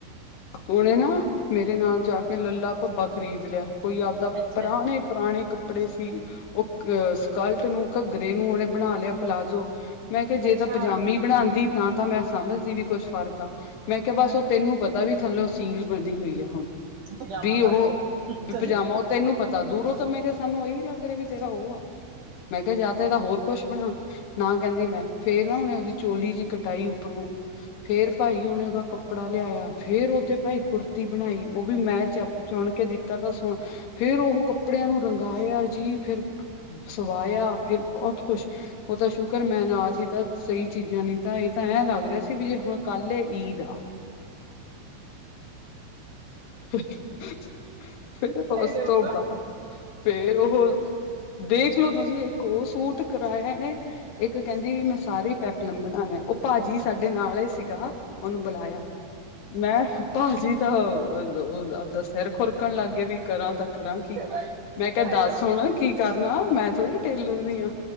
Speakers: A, on the left; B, on the right.
A: ਔਨੇ ਨਾ, ਮੇਰੇ ਨਾਲ ਜਾ ਕੇ ਲੱਲਾ ਭੱਬਾ ਖਰੀਦ ਲਿਆ। ਕੋਈ ਆਪਦਾ ਪੁਰਾਣੇ
B: ਅੱਛਾ
A: ਪੁਰਾਣੇ ਕਪੜੇ ਕੱਪੜੇ ਸੀ ਉਹ ਅਹ ਸਕਾਲਟ ਨੂੰ ਘੱਗਰੇ ਨੂੰ ਉਹਨੇ ਬਣਾ ਲਿਆ ਪਲਾਜ਼ੋ ਮੈਂ ਕਿਹਾ ਜੇ
B: ਅੱਛਾ
A: ਤਾਂ ਪਜਾਮੀ ਬਣਾਦੀ ਤਾਂ ਤਾਂ ਮੈਂ ਸਮਝਦੀ ਵੀ ਕੁੱਝ ਫ਼ਰਕ ਆ ਮੈਂ ਕਿਹਾ ਬਸ
B: ਹਾਂ
A: ਉਹ ਤੈਨੂੰ ਪਤਾ ਵੀ ਥੱਲੋਂ ਸੀਲ ਬਣੀ ਹੋਈ ਆ ਹੁਣ
B: ਪਜਾਮਾ
A: ਵੀ
B: ਬਣ
A: ਉਹ
B: ਗਿਆ
A: ਵੀ
B: ਘੱਗਰੇ
A: ਪਜਾਮਾ
B: ਦਾ।
A: ਉਹ ਤ ਇਹਨੂੰ ਪਤਾ ਦੂਰੋਂ ਤੇ ਮੈ ਕਿਹਾ ਸਾਨੂੰ ਇਹੀ ਲੱਗ ਰਿਹਾ ਵੀ ਤੇਰਾ ਉਹ ਆ ਮੈਂ ਕਿਹਾ ਜਾ ਤੇ ਤਾਂ ਹੋਰ ਕੁਛ ਬਣਾ ਨਾ ਕਹਿੰਦੀ ਮੈਂ ਫੇਰ ਨਾ ਉਹਨੇ ਉਹਦੀ ਚੋਲੀ ਜਿਹੀ ਕਟਾਈ ਉੱਪਰੋਂ ਫੇਰ ਪਾਈ ਓਹਨੇ ਉਹਦਾ ਕੱਪੜਾ ਲਿਆਇਆ ਫੇਰ ਉਹ ਤੇ ਭਾਈ ਕੁੁਰਤੀ ਬਣਾਈ ਉਹ ਵੀ ਮੈਂ ਚ ਚੁਣ ਕੇ ਦਿੱਤਾ ਤਾਂ ਸੁਣ ਫੇਰ ਉਹ ਕੱਪੜਿਆਂ ਨੂੰ ਰੰਗਾਇਆ ਜੀ ਫਿਰ ਸਵਾਇਆ ਫੇਿਰ ਬਹੁਤ ਕੁਛ ਉਹ ਤਾਂ ਸ਼ੁਕਰ ਮੈਂ ਨਾਲ ਸੀ ਤਾਂ ਸਹੀ ਚੀਜ਼ਾਂ ਨੀ ਤਾਂ ਇਹ ਤਾਂ ਐਂ ਲੱਗ ਰਿਹਾ ਸੀ ਵੀ ਜੇ ਹੁਣ ਕੱਲ ਈਦ ਆ ਫਿਰ
B: ਹਾਏ
A: ਉਸ
B: ਰੱਬਾ
A: ਤੋਂ ਬਾਅਦ ਫੇਰ ਉਹ ਦੇਖਲੋ ਤੁਸੀਂ ਇੱਕ ਉਹ ਸੂਟ ਕਰਾਯਾ ਏ ਇੱਕ ਕਹਿੰਦੀ ਵੀ ਮੈਂ ਸਾਰੇ ਪੈਪਲਮ ਬਣਾਉਣੇ ਆ ਉਹ ਭਾਜੀ ਸਾਡੇ ਨਾਲ ਸੀਗਾ ਉਹਨੂੰ ਬੁਲਾਇਆ ਮੈਂ ਭਾਜੀ ਤਾਂ ਆਪਦਾ ਸਿਰ ਖੁਰਕਣ ਲੱਗ ਗਏ ਵੀ ਕਰਾਂ ਤਾ ਕਰਾਂ ਕੀ
B: ਕਰਾਂਗੀ
A: ਮੈਂ ਕਿਹਾ
B: ਹਾਏ
A: ਦੱਸ
B: ਰੱਬਾ
A: ਹੁਣ ਕੀ ਕਰਨਾ ਮੈਂ ਥੋੜ੍ਹੀ ਟੇਲਰ